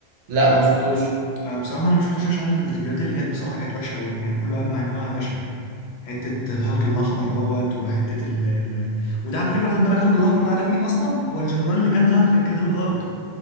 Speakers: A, on the right; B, on the left.
A: لا ما شفتوش
B: آه بصراحه انا ما شفتوش عشان الريفيوهات اللي جت بصراحه كانت وحشه قوي يعني كله اجمع ان هو بشع حته الهالك الاحمر دوت وحته ال... ال... وده على فكره خد بالك هالك الاحمر ده عارف مين اصلا هو الجنرال اللي كان ظاهر في انكريدبل هالك